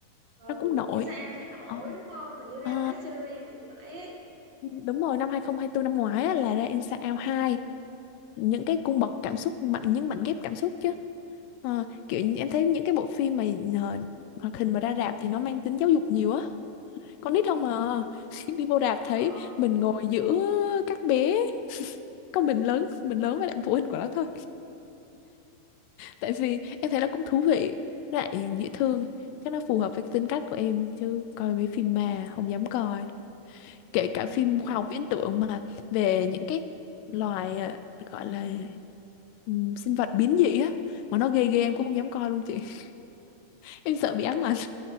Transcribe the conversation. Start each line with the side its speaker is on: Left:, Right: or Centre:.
Right: ừ
Left: nó cũng nổi
Right: Isaiah thấy nổi
Left: Ờ.
Right: đúng không hình như ra
Left: Ờ,
Right: mấy series rồi thì phải ấy
Left: Đúng rồi, năm 2024 năm ngoái á, là ra Inside hai những cái cung bậc cảm xúc mạnh những mảnh ghép cảm xúc chứ Ờ, kiểu như em thấy những cái bộ phim mà ờ, hoạt hình mà ra rạp thì nó mang tính giáo dục nhiều á con nít
Right: ừ
Left: không mà <laughs> đi vô rạp
Right: đúng
Left: thấy
Right: rồi
Left: mình ngồi giữa các bé <laughs> có mình lớn mình lớn với lại phụ huynh của nó thôi tại vì em thấy nó cũng thú vị lại dễ thương chắc nó phù hợp với tính cách của em chứ coi mấy phim mà không dám coi
Right: ừ.
Left: kể cả phim khoa học viễn tưởng mà về những cái loài ờ, gọi là ừm, sinh vật biến dị á mà nó ghê ghê em
Right: ừ.
Left: cũng không dám coi luôn chị <laughs> em sợ
Right: nhưng
Left: bị
Right: mà
Left: ám
Right: chị
Left: ảnh